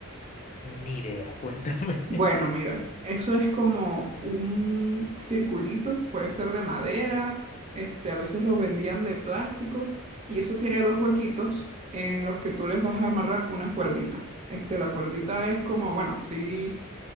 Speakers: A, on the left (about 35°); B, on the right (about 30°).
A: Ni idea, cuéntame. <laughs>
B: Bueno, mira, eso es como un circulito, puede ser de madera, este, a veces lo vendían de plástico, y eso tiene dos huequitos en los que tú les vas a amarrar una cuerdita. Este, la cuerdita es como, bueno, sí